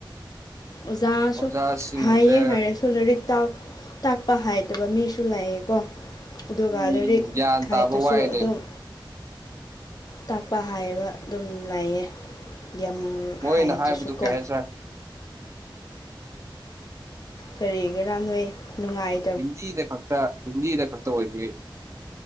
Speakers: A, on the left (about 50°); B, on the right (about 35°).
A: ꯑꯣꯖꯥꯁꯨ
B: ꯑꯣꯖꯥꯁꯤꯡꯁꯦ
A: ꯍꯥꯏꯌꯦ ꯍꯥꯏꯔꯁꯨ ꯂꯥꯏꯔꯤꯛ ꯇꯥꯛ ꯇꯥꯛ ꯄꯥ ꯍꯩꯇꯕ ꯃꯤꯁꯨ ꯂꯩꯌꯦꯀꯣ ꯑꯗꯨꯒ
B: ꯎꯝ
A: ꯂꯩꯔꯤꯛ
B: ꯒ꯭ꯌꯥꯟ
A: ꯍꯥꯏꯇ꯭ꯔꯁꯨ
B: ꯇꯥꯕ ꯋꯥꯏꯅꯦ
A: ꯑꯗꯨꯝ ꯇꯥꯛꯄ ꯍꯥꯏꯕ ꯑꯗꯨꯝ ꯂꯩꯌꯦ ꯌꯥꯝ
B: ꯃꯣꯏꯅ
A: ꯍꯩꯇ꯭ꯔꯁꯨꯀꯣ
B: ꯍꯥꯏꯕꯗꯨ ꯀꯩ ꯍꯥꯏꯁꯥ
A: ꯀꯔꯤꯒꯤꯔꯥ ꯅꯣꯏ ꯅꯨꯉꯥꯏ
B: ꯍꯤꯟꯗꯤꯗ ꯈꯛꯇ ꯍꯤꯟꯗꯤꯗ ꯈꯛꯇ ꯑꯣꯏꯕꯩ